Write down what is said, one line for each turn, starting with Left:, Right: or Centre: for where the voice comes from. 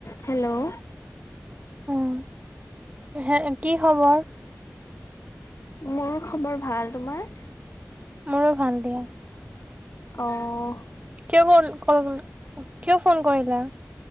Left: Hello
Right: উম হে কি খবৰ?
Left: মোৰ খবৰ ভাল। তোমাৰ?
Right: মোৰো ভাল দিয়া।
Left: অ'।
Right: কিয় কল ক কিয় ফোন কৰিলা?